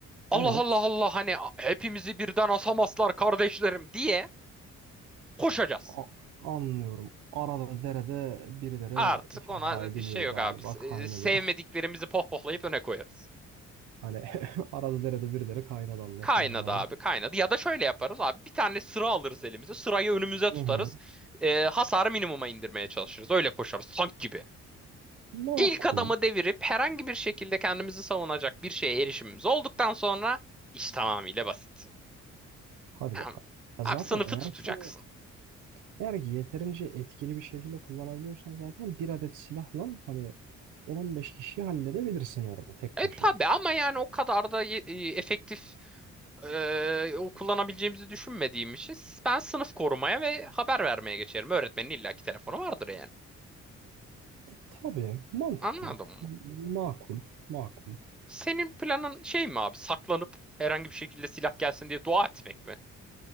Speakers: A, in the centre; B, on the right.
A: Allah
B: Evet.
A: Allah Allah hani hepimizi birden asamazlar kardeşlerim diye koşacağız.
B: A- anlıyorum. Arada derede birileri
A: Artık
B: feda
A: ona
B: ediliyor
A: bir şey yok
B: galiba
A: abi. Se-
B: kaynadı.
A: Sevmediklerimizi
B: <laughs>
A: pohpohlayıp öne koyarız.
B: Hani <laughs> arada derede birileri kaynadı anlaşılan
A: Kaynadı abi
B: abi.
A: kaynadı. Ya da şöyle yaparız abi bir tane sıra alırız elimize. Sırayı önümüze tutarız.
B: Hı hı.
A: Ee, hasarı minimuma indirmeye çalışırız. Öyle koşarız tank gibi.
B: Makul.
A: İlk adamı devirip herhangi bir şekilde kendimizi savunacak bir şeye erişimimiz olduktan sonra iş tamamıyla basit.
B: Hadi
A: Tamam.
B: bakalım. Ya
A: Abi
B: zaten
A: sınıfı
B: eğer
A: tutacaksın.
B: ki eğer ki yeterince etkili bir şekilde kullanabiliyorsan zaten bir adet silahla hani 10 beş kişiyi halledebilirsin orada tek
A: Evet
B: başına.
A: tabii ama yani o kadar da e, efektif Ee, o kullanabileceğimizi düşünmediğim için ben sınıf korumaya ve haber vermeye geçerim. Öğretmenin illaki telefonu vardır yani.
B: E, tabii mantıklı.
A: Anladın mı?
B: M- Makul. Makul.
A: Senin planın şey mi abi? Saklanıp herhangi bir şekilde silah gelsin diye dua etmek mi?